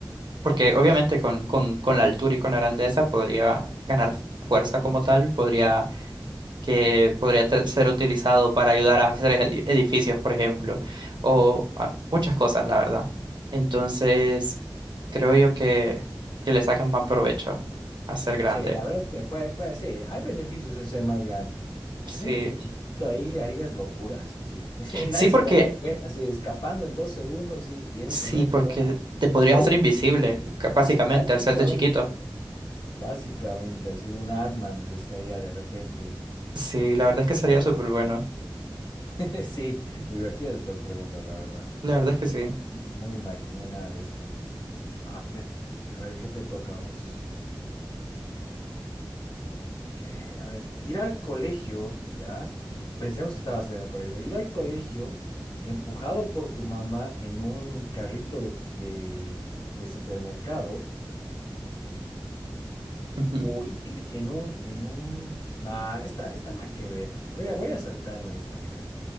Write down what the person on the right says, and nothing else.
porque obviamente con, con, con la altura y con la grandeza podría ganar fu- fuerza como tal, podría que podría ter- ser utilizado para ayudar a hacer edi- edificios, por ejemplo, o ah, muchas cosas, la verdad. Entonces, creo yo que, que le sacan más provecho a ser grande.
Sí,
sí porque,
sí
porque
te podrías
hacer invisible, ca- básicamente,
al serte chiquito.
Sí, la verdad es que sería súper bueno.
La verdad es que sí.
Ujú.